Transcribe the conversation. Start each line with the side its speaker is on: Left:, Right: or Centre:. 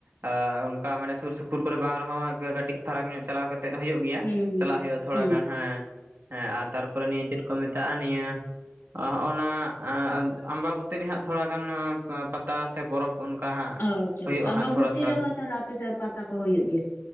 Right: ᱟᱻ ᱚᱱᱠᱟ ᱢᱟᱱᱮ ᱥᱩᱨᱼᱥᱩᱯᱩᱨ ᱠᱚᱨᱮ ᱵᱟᱝ ᱨᱮᱦᱚᱸ ᱜᱟᱹ ᱠᱟᱹᱴᱤᱡ, ᱯᱷᱟᱨᱟᱠ ᱧᱚᱜ ᱪᱟᱞᱟᱣ ᱠᱟᱛᱮᱜ ᱦᱩᱭᱩᱜ ᱜᱮᱭᱟ
Left: ᱦᱩᱸ
Right: ᱪᱟᱞᱟᱜ ᱦᱩᱭᱩᱜᱼᱟ ᱛᱷᱚᱲᱟ
Left: ᱦᱩᱸ᱾
Right: ᱜᱟᱱ ᱦᱮᱸ ᱦᱮᱸ ᱟᱨ ᱛᱟᱨᱯᱚᱨᱮ ᱱᱤᱭᱟᱹ ᱪᱮᱫ ᱠᱚ ᱢᱮᱛᱟᱜᱼᱟ ᱱᱤᱭᱟᱹ ᱟᱦ ᱱᱚᱜ-ᱚ ᱱᱟ ᱟ ᱟᱢᱵᱟᱵᱚᱛᱤ ᱨᱮᱦᱟᱸᱜ ᱛᱷᱚᱲᱟ ᱜᱟᱱ ᱯᱟᱛᱟ ᱥᱮ ᱯᱚᱨᱚᱵᱽ ᱚᱱᱠᱟ ᱦᱟᱸᱜ
Left: ᱚ ᱟᱪᱪᱷᱟ
Right: ᱦᱩᱭᱩᱜᱼᱟ
Left: ᱟᱪᱪᱷᱟ ᱟᱢᱵᱟᱵᱩᱛᱤ
Right: ᱦᱟᱸᱜ ᱛᱷᱚᱲᱟ ᱛᱷᱚᱲᱟ
Left: ᱨᱮᱦᱚᱸ
Right: ᱜᱟᱱ
Left: ᱛᱟᱦᱞᱮ ᱟᱯᱮ ᱥᱮᱫ ᱯᱟᱛᱟ ᱠᱚ ᱦᱩᱭᱩᱜ ᱜᱮᱭᱟ,